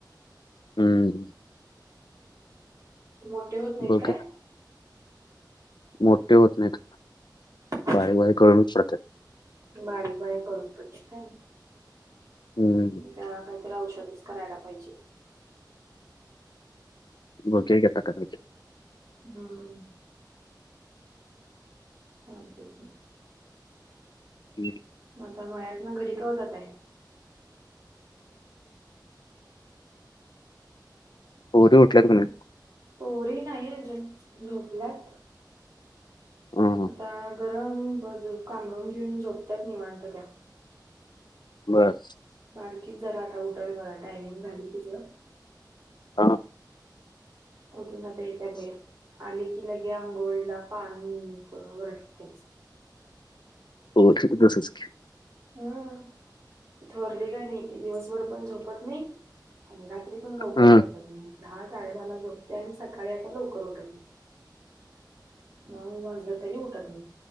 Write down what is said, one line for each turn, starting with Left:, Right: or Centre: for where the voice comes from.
Left: हम्म
Right: मोठे होत नाहीत
Left: बघूया
Right: काय?
Left: मोठे होत नाहीत
Right: हम्म
Left: बारीक बारीक गळूनच पडत्यात.
Right: बारीक बारीक गळून पडतात व्हय.
Left: हम्म
Right: त्याला काहीतरी औषधच करायला पाहिजे.
Left: बघूया आता काहीतरी.
Right: हम्म चालतंय की.
Left: हम् <unintelligible>
Right: म आता मळ्यात न घरी कवा जाताय?
Left: पोरी उठल्यात का
Right: म
Left: नाहीत
Right: पोरी नाहीे आजून झोपल्यात.
Left: हा हा
Right: आता गर गरम ब ज काबरून घेऊन झोपत्यात निवांत त्या.
Left: बर.
Right: बारकीच जरा आता उटल बघा टायमिंग झाल तिचं.
Left: आ.
Right: उठून आता येत्या बाहेर. आली कि लगे आंघोळीला पाणी करून वरडत्याच.
Left: हो <unintelligible> तसच की
Right: हम्म थोरली काय नाही, ती दिवसभर पण झोपत नाही आणि रात्री पण लवकर
Left: हं.
Right: झोपत नाही. धा साडे धा ला झोपते आणि सकाळी आता लवकर उठत नाही. नऊ वाजल तरी उठत नाही.